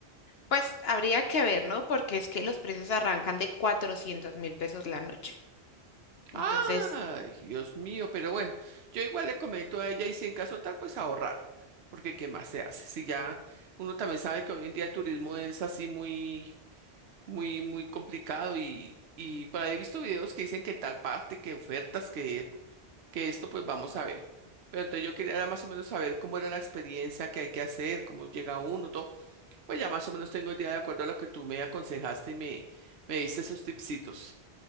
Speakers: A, on the left (about 70°); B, on the right (about 70°).
A: Pues habría que ver, ¿no? Porque es que los precios arrancan de cuatrocientos mil pesos la noche. Entonces,
B: Ay, Dios mío, pero bueno, yo igual le comento a ella y si en caso tal, pues ahorrar, porque ¿qué más se hace? Si ya uno también sabe que hoy en día el turismo es así muy, muy, muy complicado y, y por ahí he visto videos que dicen que en tal parte, que ofertas, que que esto pues vamos a ver. Pero entonces yo quería más o menos saber cómo era la experiencia que hay que hacer, cómo llega uno, todo. Pues ya más o menos tengo idea de acuerdo a lo que tú me aconsejaste y me, me diste esos tipsitos.